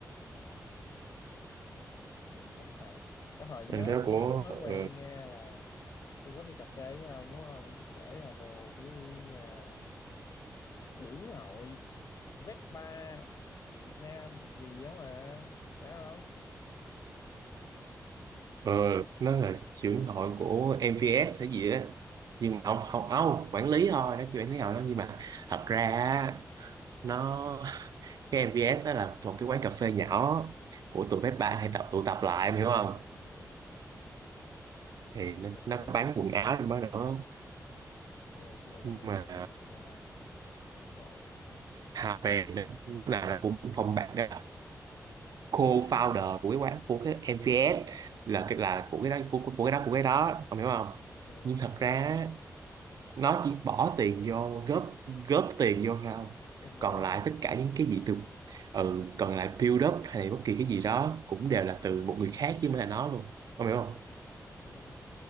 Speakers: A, on the left (about 60°); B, on the right (about 75°).
A: à dạ, phong bạc Cái hồi nhớ
B: mình cái đó
A: tôi
B: của
A: nhớ lúc mới quen
B: ừ.
A: nha là tôi có đi cà phê với ông đúng không ông có kể là bồ Tiểu Uyên là trưởng hội Vespa Việt Nam gì gì đó mà phải không
B: Ờ, nó là trưởng hội của MVS hay gì á nhưng mà ông không ông quản lý thôi nó chỉ quản lý hội đó nhưng mà thật ra á, nó <laughs> cái MVS đó là một cái quán cà phê nhỏ của tụi phép ba hay tập tụ tập lại em hiểu không
A: hiểu nghe
B: thì
A: là
B: nó,
A: chị là quản
B: nó
A: lý
B: bán
A: của cái quán
B: quần áo
A: cà phê
B: trong đó nữa
A: nghe là chị là quản
B: nhưng
A: lý
B: mà
A: của cái quán cà phê đây oh shit
B: Hà về nó cũng là cũng phòng bạn đó là co-founder
A: ghê ha
B: của cái quán của cái MVS là cái là của cái đó của, của cái đó của cái đó ông hiểu không
A: hiểu
B: nhưng thật ra nó chỉ bỏ tiền vô góp góp tiền vô thôi không
A: góp vốn
B: còn lại
A: góp vốn
B: tất cả những cái gì từ ừ còn lại build up hay bất kỳ cái gì đó cũng đều là từ một người khác chứ không phải là nó luôn không hiểu không
A: hiểu